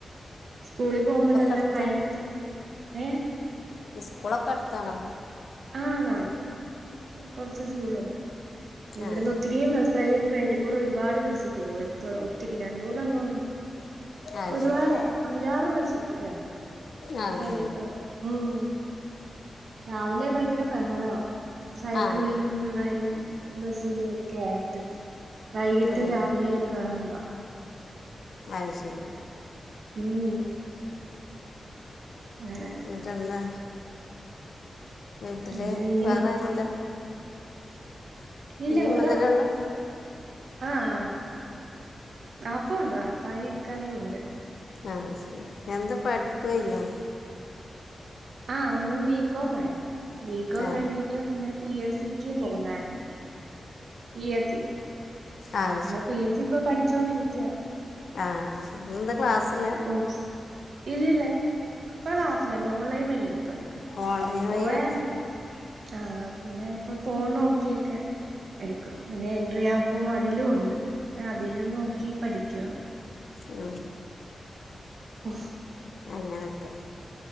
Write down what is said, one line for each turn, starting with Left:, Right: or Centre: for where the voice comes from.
Right: സ്കൂളിൽ പോകുമ്പോളല്ലാം
Left: അടുത്താ
Right: മഴയത്ത് ഏഹ്
Left: ഇസ്കോളക്കെ ട്താണോ
Right: ആഹ് ന കൊർച് സൂളുണ്ട് ഇവിടുന്ന്
Left: ആ
Right: ഒത്തിരി പഈ ഫെന്റ് കൂടെ ഒരുപാട് ബസ് പോവു എപ്പഴും ഒത്തിരി രണ്ടൂന്നണ്ണം ഉണ്ട്
Left: അത്
Right: ഒരുപാട്
Left: ശരി
Right: അഞ്ചാറ് ബസ്സൊക്കെണ്ട്
Left: ആ ആ
Right: ഫ്രണ്ടീക്കൂടെ ഉം രാവിലെ ഭയങ്കര ബഹള സൈക്കിളിലും
Left: ആ ആ
Right: പിള്ളാരും ബസിലും ഒക്കെ ആയിട്ട് വൈകിട്ട്
Left: ഉം,
Right: രാവിലെ ബഹളവ
Left: അഹ് ശരി
Right: ഉം ഉം അങ്ങനെ
Left: ന്നട്ടെന്താ വീട്ടില്
Right: പിന്നെ ഇനി
Left: വേറെ ആരുല്ല
Right: ഇല്ല
Left: ഉമ്മ
Right: വടെ
Left: തന്നെ ഉള്ളു
Right: ആഹ് ആപ്പണ്ട് ആപ്പായക്കായ ഉണ്ട്
Left: ആഹ് ശരി എന്ത് പഠിപ്പ് കഴിഞ്ഞോ
Right: ആഹ് ഞാൻ ബികോം ആയിരുന്നു ബികോം
Left: ആ
Right: കഴിഞ്ഞിട്ട് പിന്നെ പി എസ് സിക്ക് പോഉന്നായിരുന്നു പി എസി
Left: ആഹ്
Right: ന്നെ പി എസ് സി ഇപ്പൊ പഠിച്ചോണ്ടിരിക്ക
Left: ആഹ് ശരി ന്ന് എന്താ ക്ലാസ്സില്ല
Right: കോച് ഇല്ല ഇല്ല ഇപ്പ ളാസില്ല ഓൺലൈൻ വയിയേ <unintelligible>
Left: ഓൺലൈൻ
Right: പോയാരുന്നു
Left: വഴിയാ
Right: ആഹ് പിന്നെ ഇപ്പൊ പോൺ നോക്കിയൊക്കെ എടുക്ക പിന്നെ എൻട്രി ആപ്പും അതിലും ഉണ്ട് അതിലും നോക്കി പഠിക്കവാ
Left: ഉം
Right: ഓ
Left: അങ്ങനൊക്കെ